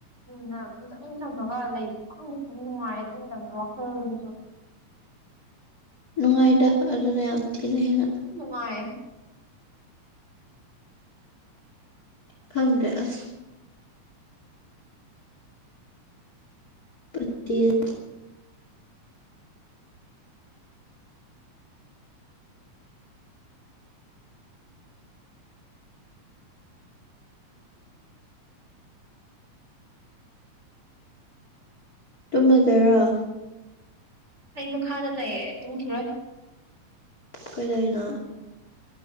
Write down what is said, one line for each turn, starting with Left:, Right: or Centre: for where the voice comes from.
Right: ꯅ <unintelligible> ꯄꯨꯡꯆꯝ ꯆꯝꯃꯒ ꯂꯩ ꯈꯪꯗꯦ ꯑꯗꯨꯝ ꯅꯨꯡꯉꯥꯏ ꯑꯗꯨ ꯃꯇꯝꯗ ꯋꯥꯈꯜꯁꯨ
Left: ꯉꯥꯏꯗ ꯑꯗꯨꯅ ꯌꯥꯝ ꯊꯤꯅ ꯍꯦꯟꯅ
Right: ꯅꯨꯉꯥꯏ
Left: ꯈꯪꯗꯦ ꯑ꯭ꯁ ꯄꯤꯤꯁ <unintelligible> ꯇꯨꯝꯃ ꯗꯣꯏꯔꯣ
Right: ꯑꯩ ꯃꯈꯥꯗ ꯂꯩꯌꯦ ꯇꯨꯝꯈꯤꯔꯣꯏ
Left: ꯀꯩꯗꯩꯅꯣ